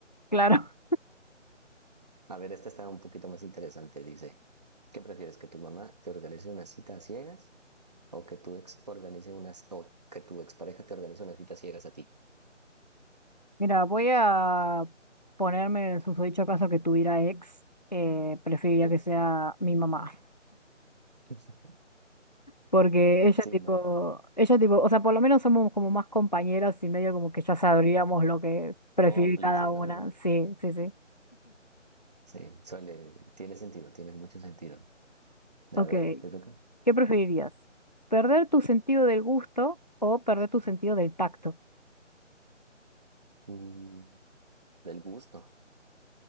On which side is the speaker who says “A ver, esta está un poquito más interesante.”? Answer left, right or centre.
Right